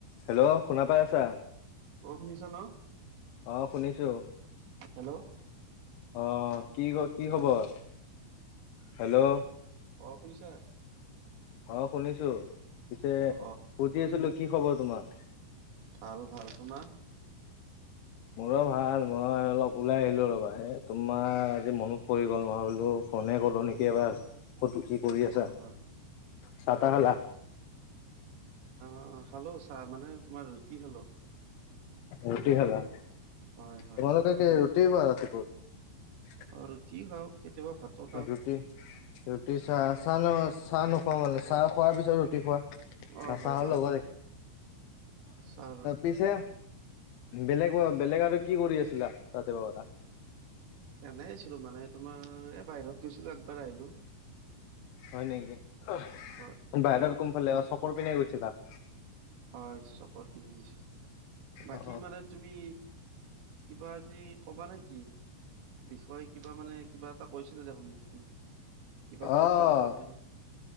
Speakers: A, on the left; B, on the right.
A: Hello শুনা পাই আছা?
B: অ শুনিছা ন?
A: আহ শুনিছো।
B: হেল্ল'
A: অ কি ক কি খবৰ?
B: হেল্ল'
A: হেল্ল'
B: অ শুনিছা?
A: অ শুনিছো পিছে
B: অ
A: সুধি আছিলো কি খবৰ তোমাৰ?
B: ভাল ভাল তোমাৰ?
A: মোৰো ভাল মই অলপ ওলাই আহিলো ৰবা এই তোমাৰ আজি মনত পৰি গ'ল নহয় বোলো ফ'ন এই কৰো নেকি এবাৰ ক' কি কৰি
B: হয়
A: আছা
B: হয়
A: চাহ-
B: হয়
A: তাহ খালা?
B: অ খালো চাহ মানে তোমাৰ ৰুটি খালো।
A: ৰুটি খালা তোমালোকে
B: হয় হয়।
A: কি ৰুটি খোৱা ৰাতিপুৱা?
B: ৰুটি খাওঁ, কেতিয়াবা ভাতো খাওঁ।
A: ৰুটি ৰুটি চাহ চাহ চাহ নোখোৱা মানে চাহ খোৱাৰ পিছত ৰুটি খোৱা?
B: অ হয়
A: চাহৰ
B: হয়
A: লগত
B: চাহ আৰু
A: পিছে বেলেগ বেলেগ আৰু কি কৰি আছিলা ৰাতিপুৱা পৰা
B: এনেই আছিলো মানে তোমাৰ এ বাহিৰত গৈছিলো, একবাৰ আহিলো।
A: হয় নেকি বাহিৰত
B: হয় হয় হয়
A: কোনফালে চকৰ পিনে গৈছিলা?
B: হয় চকৰ পিনে গৈছিলো। বাকী
A: অ
B: মানে তুমি কিবা আজি ক'বা না কি? বিষয়ে কিবা মানে কিবা এটা কৈছিলে দেখোন মোক কিবা কথা
A: আহ
B: থকা বুলি